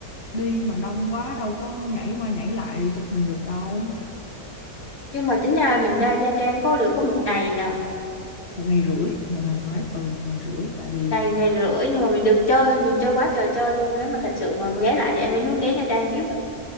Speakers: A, on the left; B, on the left.
A: đi mà đông quá đâu có nhảy qua nhảy lại để chụp hình được đâu
B: nhưng mà tính ra mình ra Nha Trang có được có một ngày nhờ
A: một ngày rưỡi một ngày mấy ừ một ngày rưỡi tại vì
B: ngày ngày rưỡi nhưng mà mình được chơi mình chơi quá trời chơi luôn nếu mà thật sự mà ghé lại thì em vẫn muốn ghé Nha Trang tiếp á